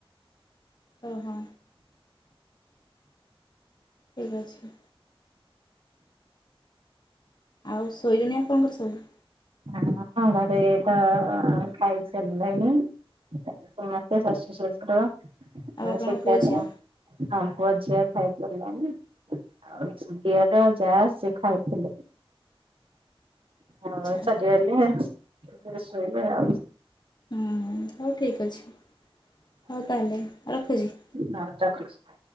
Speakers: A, on the left; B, on the right.
A: ଅ ହଁ। ଠିକ୍ ଅଛି। ଆଉ ଶୋଇରେଣି ଆପଣଙ୍କର ସବୁ?
B: ହଁ ହଁ ଘରେ ତ ଖାଇ ସାଲେଣି। ସମସ୍ତେ ଶାଶୁ, ଶୁର <unintelligible>
A: ଆଉ ଆପଣଙ୍କ ପୁଅ ଝିଅ
B: ଆ ପୁଅ, ଝିଅ ଖାଇ ସରିଲେଣି? ଆଉ ଛ <unintelligible> ଦିଅର, ଯା ସେ ଖାଉଥିଲେ। ଆଉ
A: ଆଚ୍ଛା
B: <unintelligible> ଶୋଇବେ ଆଉ।
A: ଉୁଁ ହଉ ଠିକ୍ ଅଛି ହଉ ତାହେଲେ ରଖୁଚି?
B: ହଉ ରଖୁଚି।